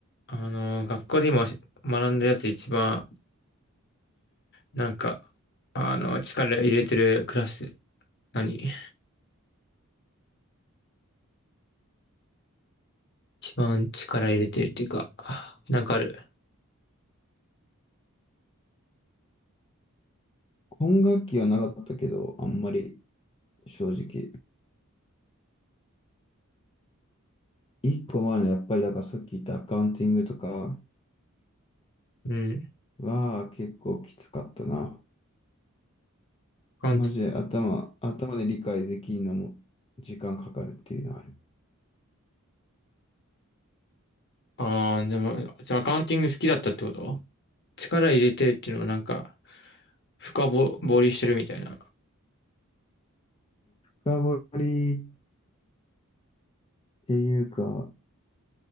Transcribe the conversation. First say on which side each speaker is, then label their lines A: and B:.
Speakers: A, on the left (about 50°); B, on the left (about 25°).
A: あの、学校で今学んでるやつ一番、なんか、あの、力入れてるクラス、何一番力入れてるっていうか、なんかある。
B: 本楽器はなかったけど、あんまり正直。一個前のやっぱりだからさっき言ったアカウンティングとか
A: うん。
B: は結構きつかったな。
A: アカウント、
B: マジで頭、頭で理解できるのも時間かかるっていうのはある。
A: ああ、でも、じゃあアカウンティング好きだったってこと力入れてるっていうのもなんか、深ぼ掘りしてるみたいな。
B: 深掘りっていうか、